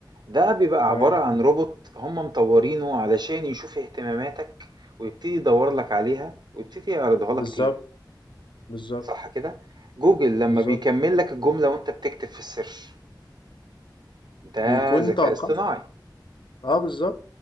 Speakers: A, on the right; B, on the left.
A: ده بيبقى
B: تمام
A: عبارة عن روبوت هم مطوّرينه علشان يشوف اهتماماتك ويبتدي يدوّر لك عليها ويبتدي يعرضها
B: بالظبط
A: لك تاني.
B: بالظبط
A: صح كده؟ جوجل لما
B: بالظبط
A: بيكمل لك الجملة وأنت بتكتب في السيرش ده
B: بيكون
A: ذكاء
B: توقع
A: اصطناعي
B: اه بالظبط